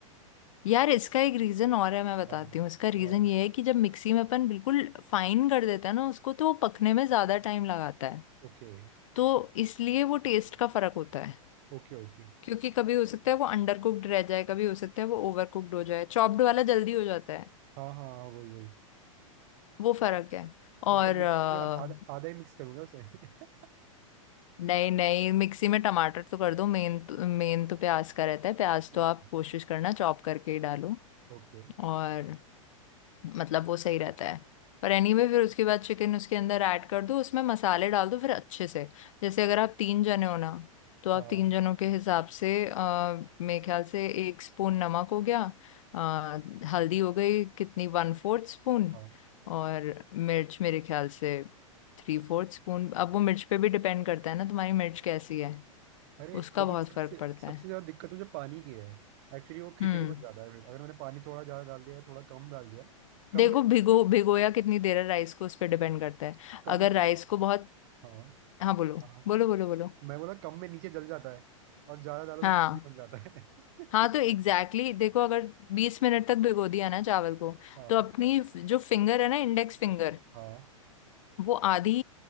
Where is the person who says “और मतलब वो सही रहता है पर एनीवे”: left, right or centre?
Left